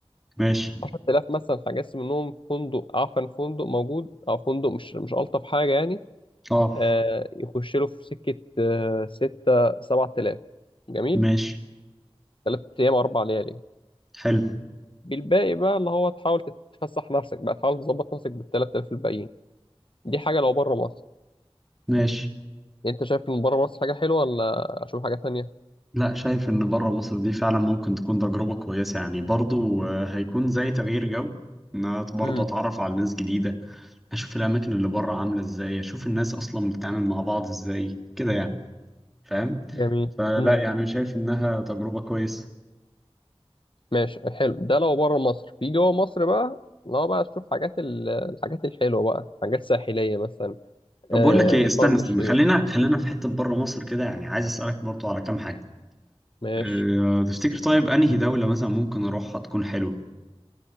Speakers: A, in the centre; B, on the left (about 55°).
A: ماشي
B: 10000 مثلا هجس منهم فندق عفن فندق موجود أو فندق مش مش ألطف حاجة يعني
A: اه
B: آه يخش له في سكة آه 6 7000 جميل
A: ماشي
B: 3 أيام 4 ليالي
A: حلو
B: بالباقي بقى اللي هو تحاول تتفسح نفسك بقى تحاول تظبط نفسك بال 3000 الباقيين دي حاجة لو بره مصر
A: ماشي
B: يعني انت شايف ان بره مصر حاجة حلوة ولا اشوف حاجة تانية
A: لا شايف ان بره مصر دي فعلا ممكن تكون تجربة كويسة يعني برضو آه، هيكون زي تغيير جو ان انا برضه
B: امم
A: اتعرف على ناس جديدة اشوف الاماكن اللي بره عاملة ازاي اشوف الناس اصلا بتتعامل مع بعض ازاي كده يعني فاهم
B: جميل
A: فلا
B: امم
A: يعني شايف انها تجربة كويسة
B: ماشي حلو ده لو بره مصر في جوه مصر بقى لو بقى تشوف حاجات ال- الحاجات الحلوة بقى حاجات ساحلية مثلا
A: طب
B: آه
A: بقول لك ايه استنى
B: شرم
A: استنى
B: الشيخ
A: خلينا خلينا في حتة بره مصر كده يعني عايز اسألك برضو على كام حاجة
B: ماشي
A: أه تفتكر طيب انهي دولة مثلا ممكن اروحها تكون حلوة